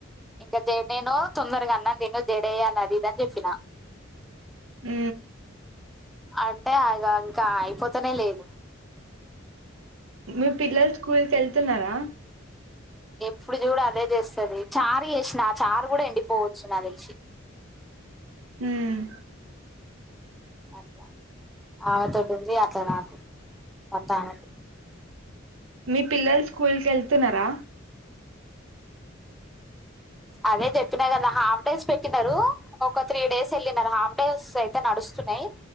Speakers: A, in the centre; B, on the right.
A: ఇంకా జడ నేను తొందరగా అన్నం తిను నేను జడేయాలి అది ఇది అని చెప్పిన
B: ఉ
A: అంటే ఆగా ఇంకా అయిపోతనే లేదు
B: మీ పిల్లలు స్కూల్ కి వెళ్తున్నారా
A: ఎప్పుడు చూడ అదే చేస్తది చారు చేసిన ఆ చారు కూడా ఎండిపోవచ్చు నా తెలిసి
B: హామ్
A: అట్లా ఆమెతో ఉంది అట్లా నాకు మొత్తానికి
B: మీ పిల్లలు స్కూల్ కి వెళ్తున్నారా
A: అదే చెప్పిన కదా హాఫ్ డేస్ పెట్టినారు ఒక త్రీ డేస్ వెళ్ళిం హాఫ్ డేస్ అయితే నడుస్తున్నాయి